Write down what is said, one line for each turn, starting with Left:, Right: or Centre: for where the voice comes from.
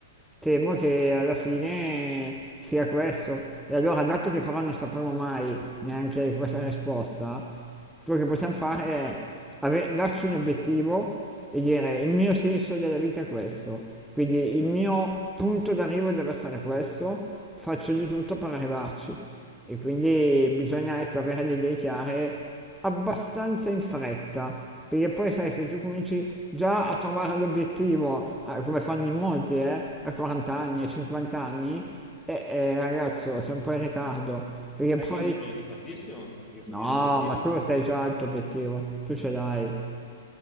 Centre: temo che alla fine sia questo. E allora, dato che però non sapremo mai neanche questa risposta, quello che possiamo fare è ave- darci un obiettivo e dire il mio senso della vita è questo, quindi il mio punto d'arrivo deve essere questo, faccio di tutto per arrivarci. E quindi bisogna ecco, avere le idee chiare abbastanza in fretta, perché poi sai, se tu cominci già a trovare l'obiettivo, ah, come fanno in molti, eh, a 40 anni, a 50 anni, eh, eh, ragazzo, sei un po' in ritardo, perché
Left: Eh,
Centre: poi...
Left: io sono in ritardissimo, io sono
Centre: No,
Left: in ritardissimo.
Centre: ma tu sai già il tuo obiettivo, tu ce l'hai.